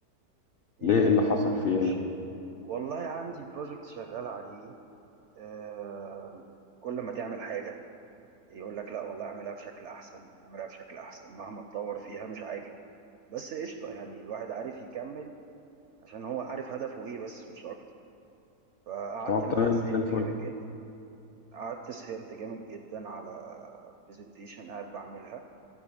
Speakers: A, on the right; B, on the left.
A: انت
B: ليه
A: ايه
B: ايه
A: الدنيا
B: اللي حصل
A: عندك
B: في ايه
A: في الشغل والله عندي بروجكت شغال عليه آه كل ما تعمل حاجه يقول لك لا والله اعملها بشكل احسن اعملها بشكل احسن مهما اتطور فيها مش عاجب بس قشطه يعني الواحد عارف يكمل عشان هو عارف هدفه ايه بس مش اكتر فقعدت
B: طب
A: امبارح
B: تمام
A: سهرت
B: زي الفل
A: جامد جدا قعدت سهرت جامد جدا على برزنتيشن قاعد بعملها